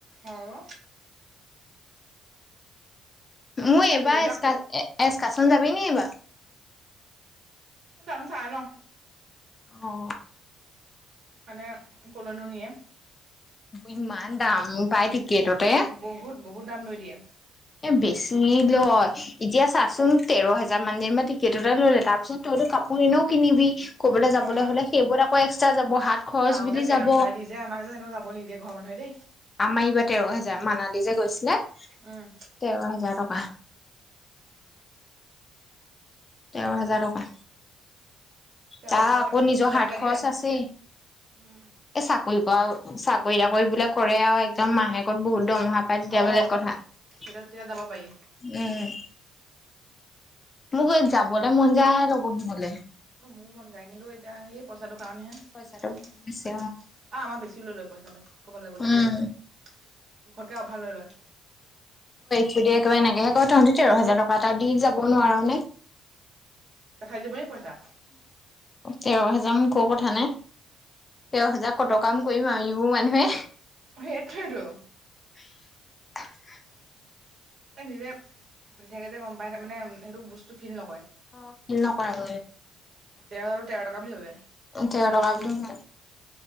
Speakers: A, on the right; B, on the left.
A: আৰু
B: মোৰ এইবাৰ
A: এই বৌজা
B: এচকা এচকাচন যাবি নি এইবা
A: জনো চাই লওঁ।
B: অ
A: মানে কলৈনো নিয়ে
B: ইমান দাম পাই টিকতটে
A: এ বহুত বহুত দাম লৈ দিয়ে
B: এ বেছি লয় এতিয়া চা চোন তেৰ হোজাৰ মান দি টিকেটতেটা ললে তাৰপিছত তইতো কাপোৰ এনেও কিনিবি কবলে যাবলৈ
A: অ
B: হলে সেইবোৰ আকৌ এক্সট্ৰা যাব হাত খৰচ
A: অ আৰু
B: বুলি
A: যে তেৰ
B: যাব।
A: হাজাৰ দি যে আমাক যে এনেও যাব নিদিয়ে ঘৰৰ মানুহে দেই।
B: আমাৰ এইবাৰ তেৰ হেজাৰ মানালী যে গৈছিলে।
A: উম
B: তেৰ হাজাৰ টকা। তেৰ হাজাৰ টকা
A: তেৰ
B: যা
A: হাজাৰ দি
B: আকৌ
A: পেলাই
B: নিজৰ
A: গাত
B: হাত
A: লাগি
B: খৰচ
A: যায়
B: আছে এ
A: উম
B: চাকৰি চাকৰি তাকৰি বোলে কৰে আৰু একদম মাহেকত বহুত দমহাপাই তেতিয়া
A: অ।
B: বেলেগ কথা উম
A: তেতিয়া তেতিয়া যাব পাৰি
B: <unintelligible> মোক যাবলৈ মন যায় লগৰ বোৰ গলে
A: মোৰ মন যায় কিন্তু এতিয়া সেই পইচাটোৰ কাৰণেহে অ
B: পইচাটো বহুত বেছি
A: আমাৰ বেছিও লৈ লয় পইচাটো ক'বলৈ গ'লে
B: উম
A: জোখতকৈ অভাৰ লৈ লয়
B: যদি একেবাৰে নাগেহে ক তহতি তেৰ হোজাৰ টকা এটা দি যাব নোৱাৰ নে
A: খাই দিব পইছা
B: তেৰ হেজাৰ মুখৰ কথা নে তেৰ হাজাৰ কত কাম কৰিম আৰু <unintelligible> বোৰ মানুহে
A: সেইটোৱেইতো
B: <unintelligible> <inaudible>
A: নিজে ঘটি থাকে যে গম পাই মানে সেইটো বস্তু ফিল নকৰে
B: অ খেল নকৰাব
A: তেৰ হাজাৰটো তেৰ টকা বুলি ভাবে
B: তেৰ টকাও নাই